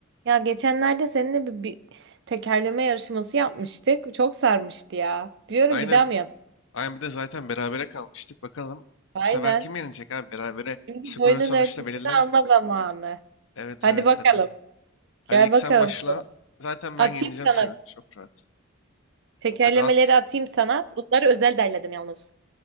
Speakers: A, on the right; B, on the left.
A: Ya geçenlerde seninle bir, bir tekerleme yarışması yapmıştık. Çok sarmıştı ya. Diyorum
B: Aynen.
A: bir daha mı yap?
B: Aynen bir de zaten berabere kalmıştık. Bakalım
A: Aynen.
B: bu sefer kim yenecek abi? Berabere
A: Şimdi
B: skoru
A: boyunun
B: sonuçta
A: ölçüsünü
B: belirlenmiyor.
A: alma zamanı.
B: Evet
A: Hadi
B: evet
A: bakalım.
B: hadi.
A: Gel
B: Hadi ilk
A: bakalım.
B: sen başla. Zaten
A: Atayım
B: ben yeneceğim
A: sana.
B: seni. Çok rahat.
A: Tekerlemeleri
B: Hadi at.
A: atayım sana. Bunları özel derledim yalnız.